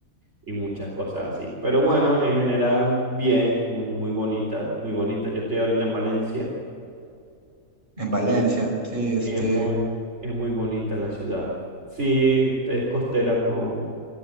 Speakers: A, on the right; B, on the right.
A: y muchas cosas así. Pero bueno, en general, bien, muy, muy bonita, muy bonita. Yo estoy ahorita en Valencia
B: En Valencia,
A: y es
B: sí, este.
A: es muy, es muy bonita la ciudad. Sí, este es costera con, o